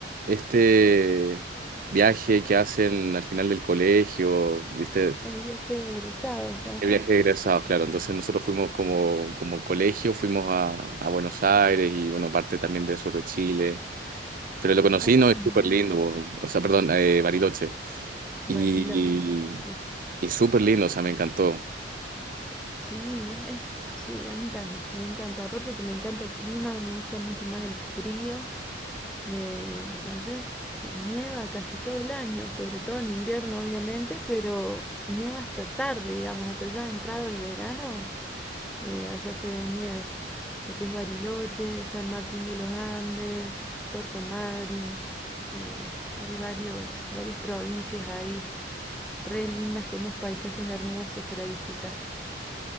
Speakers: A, on the right; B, in the centre.
A: este viaje que hacen al final del colegio, ¿viste?
B: El viaje de egresados, ajá.
A: El viaje de egresados, claro. Entonces nosotros fuimos como, como colegio, fuimos a, a Buenos Aires y, bueno, parte también del sur de Chile. Pero lo conocí,
B: Ah,
A: ¿no? Es
B: mira,
A: súper lindo. O sea, perdón, eh, Bariloche.
B: Bariloche.
A: Y
B: Sí,
A: Y súper lindo, o sea, me encantó.
B: sí, es, es- sí, a mí también, me encanta. Aparte que me encanta el clima, me gusta mucho más el frío. Eh, allá eh, nieva casi todo el año, sobre todo en invierno, obviamente, pero nieva hasta tarde, digamos, hasta ya entrado el verano, eh, allá se ve nieve. Lo que es Bariloche, San Martín de los Andes, Puerto Madryn. eh, hay varios, varias provincias ahí re lindas con unos paisajes hermosos para visitar.